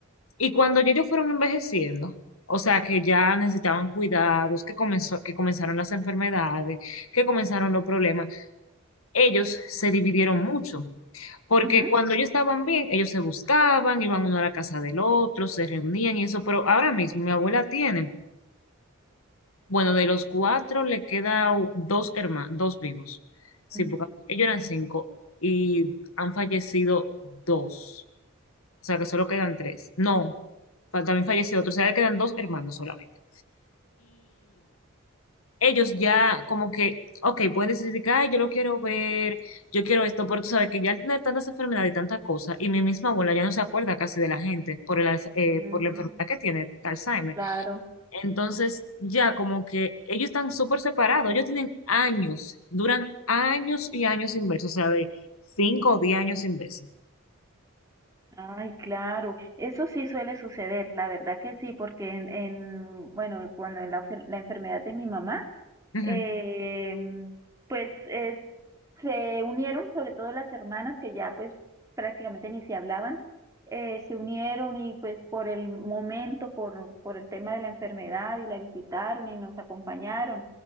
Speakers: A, on the left; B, on the right.
A: Y cuando ya ellos fueron envejeciendo, o sea, que ya necesitaban cuidados, que comenzó, que comenzaron las enfermedades, que comenzaron los problemas ellos se dividieron mucho, porque
B: ujú,
A: cuando ellos estaban bien, ellos se buscaban, iban uno a la casa del otro, se reunían y eso, pero ahora mismo mi abuela tiene, bueno, de los cuatro le quedan dos hermanos, dos vivos, sí,
B: ujú,
A: porque ellos eran cinco y han fallecido dos, o sea que solo quedan tres, no, fa- también falleció otro, o sea, le quedan dos hermanos solamente ellos ya como que, ok, pueden decidir que, ay, yo lo quiero ver, yo quiero esto, pero tú sabes que ya al tener tantas enfermedades y tantas cosas, y mi misma abuela ya no se acuerda casi de la gente por el, alza- eh,
B: mm,
A: por la enfermedad que tiene, Alzheimer.
B: claro.
A: Entonces, ya como que ellos están súper separados, ellos tienen años, duran años y años sin verse, o sea, de cinco o diez años sin verse.
B: Ay, claro, eso sí suele suceder, la verdad que sí, porque en, en, bueno, cuando la, enfer- la enfermedad de mi mamá,
A: Ujú.
B: eh, pues es- se unieron, sobre todo las hermanas que ya pues prácticamente ni se hablaban, eh, se unieron y pues por el momento, por, por el tema de la enfermedad y la visitaron y nos acompañaron,